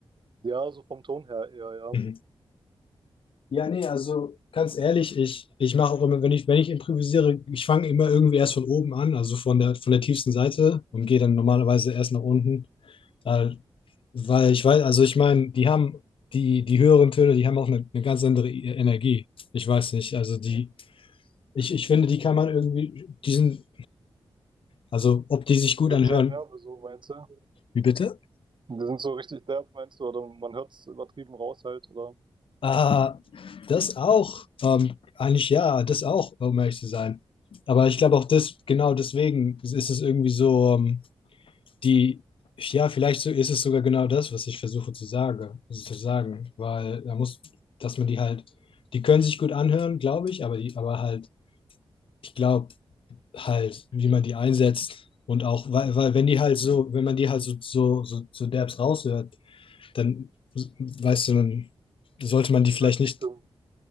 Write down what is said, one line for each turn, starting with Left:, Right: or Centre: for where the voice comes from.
Right: Ja, so vom Ton her eher, ja.
Left: Mhm. Ja, nee, also ganz ehrlich, ich, ich mache auch immer, wenn ich, wenn ich improvisiere, ich fange immer irgendwie erst von oben an, also von der, von der tiefsten Seite und gehe dann normalerweise erst nach unten. Da Weil ich weiß, also ich meine, die haben die, die höheren Töne, die haben auch eine, eine ganz andere I- Energie. Ich weiß nicht. Also die, ich, ich finde, die kann man irgendwie, die sind, also ob die sich gut
Right: Die
Left: anhören.
Right: sind sehr derbe, so meinst du?
Left: Wie bitte?
Right: Die sind so richtig derb, meinst du? Oder man hört es übertrieben raus halt, oder?
Left: Ah, das auch. Ähm, eigentlich ja, das auch, um ehrlich zu sein. Aber ich glaube auch das, genau deswegen ist es irgendwie so, ähm, die, ja, vielleicht so ist es sogar genau das, was ich versuche zu sagen, zu sagen. Weil da muss, dass man die halt, die können sich gut anhören, glaube ich, aber die, aber halt ich glaube halt, wie man die einsetzt und auch, weil, weil wenn die halt so, wenn man die halt so, so, so, so derbs raushört, dann weißt du, dann sollte man die
Right: Geht
Left: vielleicht
Right: so in Richtung,
Left: nicht,